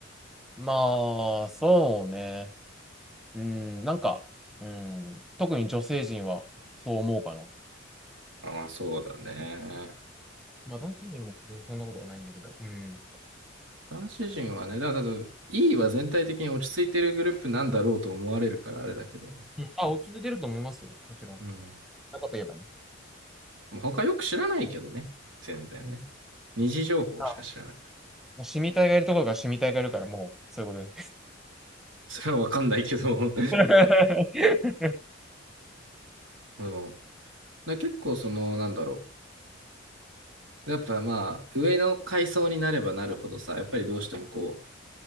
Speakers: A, in the centre; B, on the right.
A: まあ、そうね。うん、なんか、うん、特に女性陣はそう思うかな。
B: あまあそうだね。
A: まあ、男性陣もそんなことはないんだけど。うん。
B: 男子陣はね、だから多分 E は全体的に落ち着いてるグループなんだろうと思われるからあれだけど。
A: うんあ、お続いてると思いますよ。もちろん。
B: うん。
A: そんなこと言えばね。
B: まあ他よく知らないけどね。全然ね。
A: うん。
B: 二次情報しか知らないから。
A: あもう、シミ体がいるところがシミ体がいるから、もう、そういうこ
B: それはわかんないけど。
A: とで。
B: <laughs> そうだから結構その、なんだろう。やっぱまあ、上の階層になればなるほどさ、やっぱりどうしてもこう、